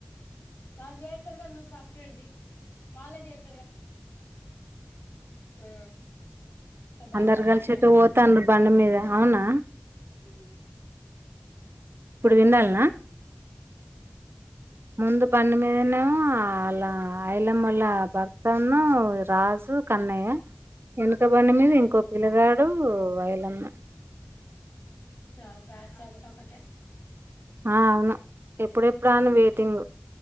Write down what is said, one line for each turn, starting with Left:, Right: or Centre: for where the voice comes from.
Left: వాళ్ జేత్తర్గా నువ్ స్ సప్రేట్ జై వాళ్లే జేత్ ఆ ఇంకా బట్టలు
Right: అందరు కలిసేటు
Left: ఉన్నాయి అక్క
Right: పోతా అందరు బండ మీద అవునా
Left: ఊ
Right: ఇప్పుడు
Left: ఎవలల్
Right: విండాల్నా
Left: పోతాన్రు
Right: ముందు పన్ను మీను ఆలా ఆయల మల్ల భర్తను రాజు కన్నయ్య ఎనకబండి మీద ఇంకో పిల్లగాడూ వయలమ్మ
Left: చాల్ బ్యాచ్ అంత ఒకటే
Right: ఆ అవును ఎప్పుడెప్పుడ
Left: ఉమ్
Right: అని వెయిటింగు